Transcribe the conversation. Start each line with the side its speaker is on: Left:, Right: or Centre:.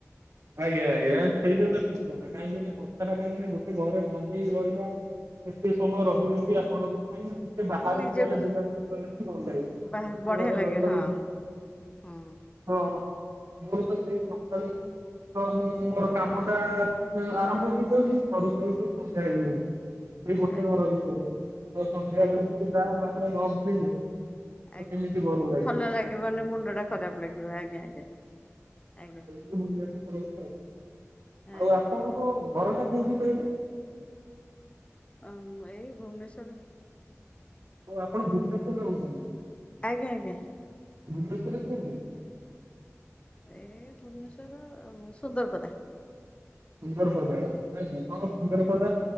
Right: ଆଜ୍ଞା ଆଜ୍ଞା ସେଇଟା ତ ଠିକ କାହିଁକି ନା କଥାଟା କାହିଁକିନା ଗୋଟେ ଘରେ ବନ୍ଦୀ ହେଇ ରହିଲା। ଏତେ ସମୟ ରହିଲେ ବି ଆପଣଙ୍କୁ ଟିକେ ବାହାରକୁ
Left: ନିଜକୁ
Right: ଗଲେ ବୁଲାବୁଲି କଲେ ଭଲ ଲାଗିବ
Left: ବା
Right: ଗୋଟେ
Left: ବଢିଆ
Right: ଘରେ
Left: ଲାଗେ
Right: ରହିଲା
Left: ହଁ
Right: ବେଳୁକୁ
Left: ହୁଁ।
Right: ହଁ ମୋର ତ ସେଇ ସକାଳୁ ହଁ ମୁଁ ମୋର କାମଟା ଉଁ ଆରମ୍ଭ ହେଇଯାଉଛି ସରୁ ସରୁ ସେଇ ସନ୍ଧ୍ୟା ହେଇଯାଉଚି। ସେଇ ଗୋଟେ
Left: ଆଜ୍ଞା
Right: ଘର ଭିତରେ ତ ସନ୍ଧ୍ୟା
Left: ଆଜ୍ଞା।
Right: ବେଳେ ଟିକେ ଯା ବାହାରେ ନ ବୁଲିଲେ। ତ
Left: ଆଜ୍ଞା
Right: କେମିତି ଲାଗିବ।
Left: ଭଲ ଲାଗିବନି ମୁଣ୍ଡଟା ଖରାପ ଲାଗିବ ଆଜ୍ଞା ଆଜ୍ଞା ଆଜ୍ଞା।
Right: ଟିକେ ବୁଲିଆକୁ ପଳଉଚୁ ଆଉ
Left: ଆଜ୍ଞା।
Right: ଆଉ ଆପଣଙ୍କ ଘରଟା କୋଉଠି କହିଲେ?
Left: ଆ ମ୍ ଏଇ ଭୁବନେଶ୍ଵର।
Right: ଓ ଆପଣ ଭୁବନେଶ୍ୱରରେ ରହୁଛନ୍ତି।
Left: ଆଜ୍ଞା ଆଜ୍ଞା।
Right: ଭୁବନେଶ୍ୱରରେ କୋଉଠି?
Left: ଏ ଭୁବନେଶ୍ୱରର ସୁନ୍ଦରପଦା।
Right: ସୁନ୍ଦରପଦା କାଇଁକି କଣ
Left: ଆଜ୍ଞା
Right: ସୁନ୍ଦରପଦା?